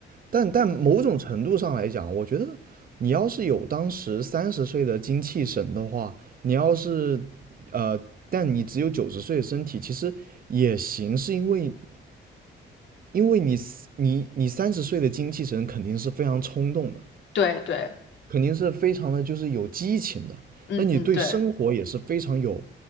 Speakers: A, on the right; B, on the left.
A: 但但某种程度上来讲，我觉得你要是有当时三十岁的精气神的话，你要是呃，但你只有九十岁的身体，其实也行，是因为因为你你你三十岁的精气神肯定是非常冲动的，
B: 对对，
A: 肯定是非常的就是有激情的，
B: 嗯嗯对，
A: 那你对生活也是非常有